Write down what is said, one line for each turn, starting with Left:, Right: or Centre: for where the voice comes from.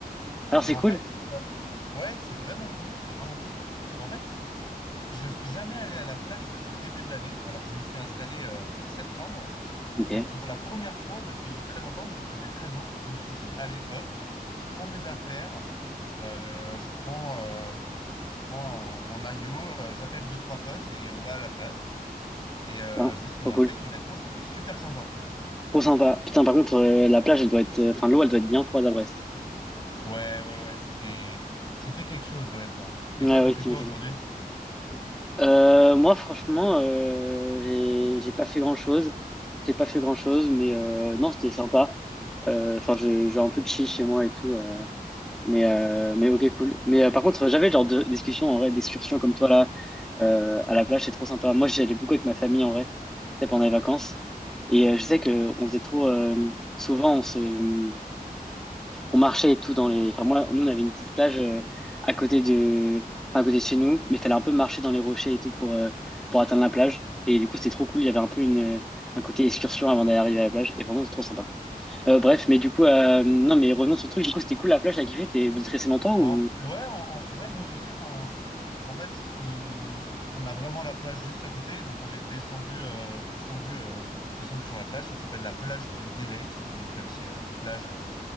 Centre: Alors
Left: Et
Centre: c'est
Left: en
Centre: cool?
Left: fait, euh, ouais, c'est vraiment cool, c'est vraiment cool. Mais en fait, je suis jamais allé à la plage depuis le début de l'année, alors que je me suis installé euh, en septembre.
Centre: Ok,
Left: Et pour la première fois depuis très longtemps, vu qu'il faisait très beau, je me suis dit, allez, hop, je prends mes affaires, euh, je prends, euh, je prends un, un maillot, euh, j'appelle deux, trois potes et on va à la plage. Et euh,
Centre: putain,
Left: c'est ce qu'on
Centre: trop
Left: a
Centre: cool.
Left: fait. Et honnêtement, c'était super sympa.
Centre: Trop sympa. Putain, par contre, euh, la plage, elle doit être, euh, enfin, l'eau, elle doit être bien froide à Brest.
Left: Ouais, ouais, ouais, c'était c'était quelque chose, honnêtement. Et
Centre: Ouais,
Left: toi,
Centre: ouais,
Left: t'as fait
Centre: tu
Left: quoi
Centre: m'étonnes.
Left: aujourd'hui?
Centre: Euh, moi, franchement, euh, j'ai, j'ai pas fait grand-chose. J'ai pas fait grand-chose, mais euh, non, c'était sympa. Euh, Enfin, j'ai j'ai un peu de chill chez moi et tout. euh, Mais, euh, mais ok, cool. Mais euh, par contre, j'avais le genre de discussion en vrai, d'excursion comme toi là, euh, à la plage, c'est trop sympa. Moi, j'y allais beaucoup avec ma famille en vrai, tu sais, pendant les vacances. Et euh, je sais que on faisait trop. euh, souvent, on se, on marchait et tout dans les. Enfin, moi, nous, on avait une petite plage euh, à côté de, enfin, à côté de chez nous, mais il fallait un peu marcher dans les rochers et tout pour euh, pour atteindre la plage. Et du coup, c'était trop cool. Il y avait un peu une euh, un côté excursion avant d'arriver à la plage. Et vraiment, c'est trop sympa. Euh, bref, mais du coup, euh,
Left: Ouais.
Centre: non, mais revenons sur le truc. Du coup, c'était cool la plage, t'as kiffé. T'es- Vous êtes resté longtemps
Left: Bon,
Centre: ou?
Left: ouais, en, en vrai, nous, tu sais, enfin, en fait, on, on a vraiment la plage juste à côté, donc on est descendu, euh, descendu, euh, descendu sur la plage. Ça s'appelle la plage du Délec, donc euh, c'est euh, une plage euh,